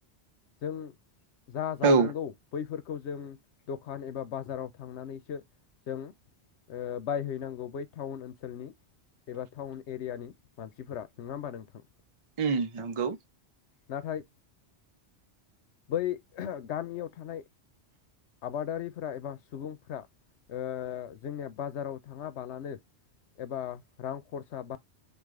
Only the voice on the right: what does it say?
औ
उम नंगौ